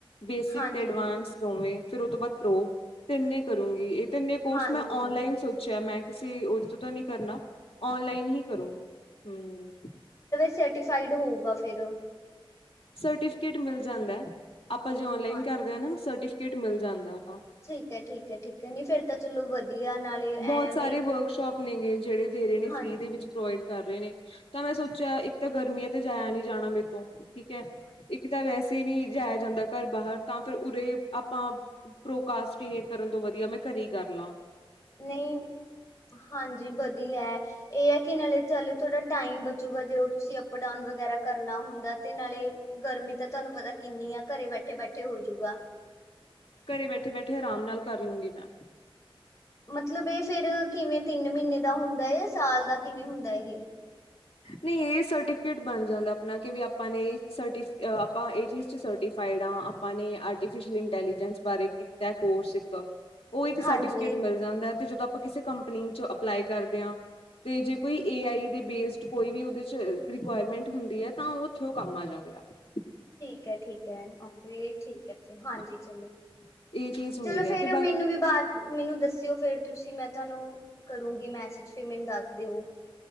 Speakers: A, on the left; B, on the left.
A: ਬੇਸਿਕ
B: ਹਾਂਜੀ
A: ਤੇ ਐਡਵਾਂਸ ਦੋਵੇਂ ਫਿਰ ਉਹ ਤੋਂ ਬਾਅਦ ਪ੍ਰੋੋ ਤਿੰਨੇ ਕਰੂੰਗੀ ਇਹ ਤਿੰਨੇ ਕੋਰਸ
B: ਹਾਂਜੀ-ਹਾਂਜੀ
A: ਮੈਂ ਔਨਲਾਈਨ ਸੋਚਿਆ ਮੈਂ ਕਿਸੇ ਉਹਦੇ ਤੋਂ ਤਾਂ ਨਹੀਂ ਕਰਨਾ ਔਨਲਾਈਨ ਹੀ ਕਰੂੰਗੀ ਹੂੰ
B: ਸੈਟੀਫਾਈਡ ਹੋਊਗਾ ਫਿਰ ੳ
A: ਸਰਟੀਫਿਕੇਟ ਮਿਲ ਜਾਂਦਾ ਐ ਆਪਾਂ ਜੇ ਔਨਲਾਈਨ
B: ਹਾਂਜੀ।
A: ਕਰਦੇ ਹੈ ਨਾ ਸਰਟੀਫਿਕੇਟ ਮਿਲ ਜਾਂਦਾ।
B: ਠੀਕ ਹੈ ਠੀਕ ਹੈ ਠੀਕ ਹੈ ਨੀ ਫੇਰ ਤਾਂ ਚਲੋ ਵਧੀਆ ਨਾਲੇ ਐਂ
A: ਬਹੁਤ ਸਾਰੇ
B: ਵੀ
A: ਵਰਕਸ਼ੋਪ ਨੇ ਗੇ ਜਿਹੜੇ ਦੇ ਰਹੇ ਨੇ
B: ਹਾਂਜੀ-ਹਾਂਜੀ
A: ਫ੍ਰਰੀ ਦੇ ਵਿੱਚ ਪ੍ਰੋਵਾਈਡ ਕਰ ਰਹੇ ਨੇ ਤਾਂ ਮੈਂ ਸੋਚਿਆ ਇੱਕ ਤਾਂ ਗਰਮੀ ਹੈ ਤੇ ਜਾਇਆ ਨਹੀਂ ਜਾਣਾ ਮੇਰੇ ਤੋਂ ਠੀਕ ਹੈ ਇੱਕ ਤਾਂ ਵੈਸੇ ਨਹੀਂ ਜਾਇਆ ਜਾਂਦਾ ਘਰ ਬਾਹਰ ਤਾਂ ਫਿਰ ਉਰੇ ਆਪਾਂ ਪ੍ਰੋਕਾਸਟਟ ਕਰਨ ਤੋਂ ਵਧੀਆ ਮੈਂ ਘਰੇ ਕਰਲਾ।
B: ਨਹੀਂ, ਹਾਂਜੀ ਵਧੀਆ ਇਹ ਹੈ ਕਿ ਨਾਲੇ ਚੱਲ ਥੋੜਾ ਟਾਈਮ ਗਾ ਜੇ ਤੁਸੀਂ ਅਪ ਡਾਊਨ ਵਗੈਰਾ ਕਰਨਾ ਹੁੰਦਾ ਤੇ ਨਾਲੇ ਗਰਮੀ ਤਾਂ ਤੁਹਾਨੂੰ ਪਤਾ ਕਿੰਨੀ ਆ ਘਰੇ ਬੈਠੇ ਬੈਠੇ ਹੋਜੂਗਾ।
A: ਘਰੇ ਬੈਠੇ ਬੈਠੇ ਆਰਾਮ ਨਾਲ ਕਰ ਲੂੰਗੀ ਮੈਂ।
B: ਮਤਲਬ ਇਹ ਫੇਰ ਕਿਵੇਂ ਤਿੰਨ ਮਹੀਨੇ ਦਾ ਹੁੰਦਾ ਹੈ ਜਾਂ ਸਾਲ ਦਾ ਕਿਵੇਂ ਹੁੰਦਾ ਇਹ।
A: ਨਹੀਂ ਇਹ ਸਰਟੀਫਿਕੇਟ ਬਣ ਜਾਂਦਾ ਆਪਣਾ ਕੀ ਵੀ ਆਪਾ ਇਹ ਚੀਜ਼ 'ਚ ਸੈਟੀਫਾਈਡ ਆਪਾਂ ਨੇ ਆਟੀਫੀਸਲ ਇੰਨਟੈਲੀਜਸ ਬਾਰੇ ਕੀਤਾ ਕੋਰਸ। ਉਹ ਇੱਕ ਸਰਟੀਫਿਕੇਟ
B: ਹਾਂਜੀ-ਹਾਂਜੀ
A: ਮਿਲ ਜਾਂਦਾ ਹੈ ਤੇ ਜਦੋਂ। ਆਪਾਂ ਕਿਸੇ ਕੰਪਨੀ ਚ ਅਪਲਾਈ ਕਰਦੇ ਹਾਂ? ਤੇ ਜੇ ਕੋਈ ਏ ਆਈ ਦੇ ਬੇਸ। ਕੋਈ ਵੀ ਉਹਦੇ ਚ ਰਿਕੁਆਇਰਮੈਂਟ ਹੁੰਦੀ ਹੈ ਤਾਂ ਉਹ ਉੱਥੇ ਕੰਮ ਆ ਜਾਂਦਾ ਹੈ।
B: ਕਹੈ ਠੀਕ। ਕਹੈ ਠੀਕ ਹੈ ਹਾਂਜੀ
A: ਹਾਂ
B: ਚਲੋ
A: ਇਹ ਚੀਜ਼ ਹੁੰਦੀ
B: ਚਲੋ
A: ਹੈ
B: ਫੇਰ
A: ਤੇ
B: ਮੈਨੂੰ
A: ਬਾ
B: ਵੀ ਬਾਅਦ ਮੈਨੂੰ ਦੱਸਿਓ ਫੇਰ ਤੁਸੀਂ ਮੈਂ ਤੁਹਾਨੂੰ। ਕਰੂੰਗੀ ਮੈਸੇਜ ਫਿਰ ਮੈਨੂੰ ਦੱਸ ਦਿਓ?